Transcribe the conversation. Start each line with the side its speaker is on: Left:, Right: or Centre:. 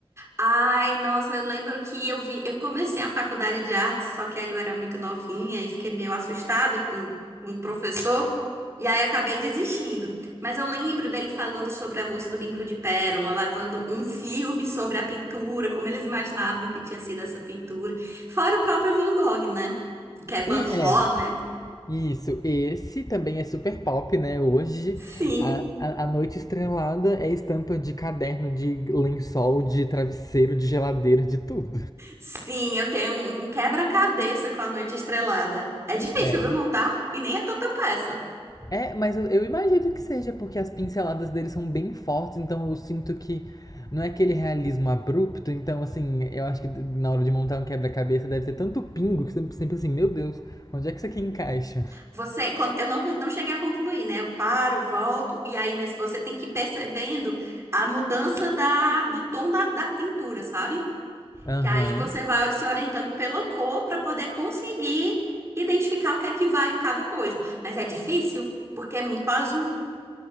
Right: Ai, nossa, eu lembro que eu vi, eu comecei a faculdade de artes, só que aí eu era muito novinha e fiquei meio assustada com um professor, e aí acabei desistindo. Mas eu lembro dele falando sobre a moça do bico de pérola, lavando um filme sobre a pintura, como eles imaginavam que tinha sido essa pintura. Fora o próprio Van Gogh, né? Que é Van
Left: E
Right: Gogh,
Left: é,
Right: né?
Left: isso, esse também é super pop, né? Hoje,
Right: Sim,
Left: a, a, a noite estrelada é estampa de caderno, de lençol, de travesseiro, de geladeira, de tudo.
Right: sim, eu tenho um quebra-cabeça com a Noite Estrelada. É difícil,
Left: É,
Right: viu, montar? E nem é tanta peça.
Left: é mas eu, eu imagino que seja porque as pinceladas dele são bem fortes, então eu sinto que não é aquele realismo abrupto, então assim, eu acho que na hora de montar um quebra-cabeça deve ter tanto pingo que sempre, sempre assim, meu Deus, onde é que isso aqui encaixa?
Right: Você, quando, eu não, não cheguei a concluir, né? Eu paro, volto, e aí, mas você tem que ir percebendo a mudança da, do tom da, da pintura, sabe?
Left: Aham.
Right: Que aí você vai se orientando pela cor para poder conseguir identificar o que é que vai cada coisa. Mas é difícil, porque é muito azul.